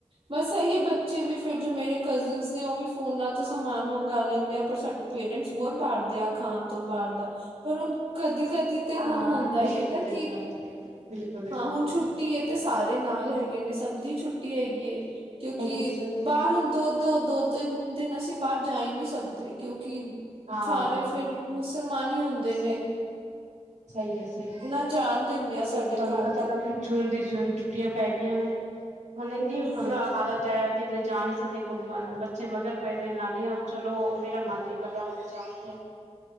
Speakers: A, on the right; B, on the right.
A: ਬਸ ਇਹੀ ਏ ਬੱਚੇ ਵੀ ਫਿਰ ਜੋ ਮੇਰੇ ਕਜ਼ਨਸ ਨੇ ਉਹ ਵੀ ਫੋਨਾਂ ਤੋਂ ਸਮਾਨ ਮੰਗਾ ਲੈਂਦੇ ਆ ਪਰ ਸਾਡੇ ਪੇਰੈਂਟਸ ਬਹੁਤ ਡਾਟਦੇ ਆ। ਖਾਣ ਤੋਂ ਬਾਹਰ ਦਾ ਪਰ ਹੁਣ ਕਦੀ-ਕਦੀ ਤੇ
B: ਹਾਂ
A: ਹੁਣ ਹੁੰਦਾ
B: ਕਦੇ
A: ਹੀ ਹੈ ਨਾ
B: ਕਦੇ
A: ਕਿ
B: ਜਾਣਾ ਚਾਹੀਦਾ ਬਿਲਕੁਲ ਬਿਲਕੁਲ
A: ਹਾਂ ਹੁਣ ਛੁੱਟੀ ਹੈ ਤੇ ਸਾਰੇ ਤੇ ਨਾਲ ਹੈਗੇ ਨੇ ਸਭ ਦੀ ਛੁੱਟੀ ਹੈਗੀ ਏ। ਕਿਉਂਕਿ
B: ਸਹੀ ਸਹੀ
A: ਬਾਹਰ ਹੁਣ ਦੁੱਧ-ਦੁੱਧ ਤਿੰਨ ਦਿਨ ਅਸੀਂ ਬਾਹਰ ਜਾ ਹੀ ਨਹੀਂ ਸਕਦੇ ਕਿਉਂ ਕਿ
B: ਹਾਂ
A: ਸਾਰੇ ਫਿਰ ਮੁਸਲਮਾਨ ਹੀ ਹੁੰਦੇ
B: ਸਹੀ
A: ਨੇ।
B: ਸਹੀ ਐ, ਸਹੀ ਐ। <unintelligible>
A: ਨਾ ਜਾਣ ਦਿੰਦੇ ਆ ਸਾਡੇ
B: ਤੁਹਾਨੂੰ
A: ਘਰ
B: ਪਤਾ
A: ਦੇ
B: ਨਾ ਜੂਨ ਦੀ ਚ ਛੁੱਟੀਆਂ ਪੈ ਗਈਆਂ ਨੇ। ਹੁਨ ਇੰਨੀ
A: ਹਾਂਜੀ
B: ਬੁਰਾ ਹਾਲਤ ਹੈ ਕਿਧਰੇ ਜਾ ਨਹੀਂ ਸਕਦੇ ਘੁੰਮਣ, ਬੱਚੇ ਮਗਰ ਪਏਦੇ ਨਾਨੀ ਘਰ ਚਲੋ ਮੇਰਾ ਮਨ ਨੀ ਕਰਦਾ ਹਜੇ ਜਾਨ ਤੇ